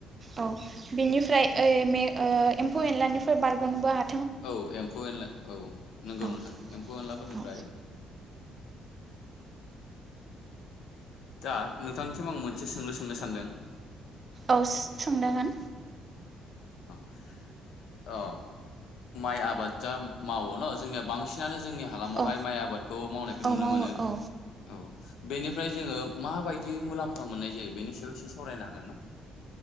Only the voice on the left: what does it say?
औ एम्फौ एनला औ नॊंगौ
नोंथां एम्फौ एनलाफोरनिफ्राय
दा नोंथांनिसिम आं मोनसे सोंलु सोंनो सानदों
अ माइ आबाद जा मावो न जोंनिया बांसिनानो जोंनि हालामावहाय
माइ आबादखौ मावनायखौ
नुनो
मोनो
औ बेनिफ्राय जोङो माबायदि मुलाम्फा मोननाय जायो बेनि सायाव एसे सावरायनो हागोन ना?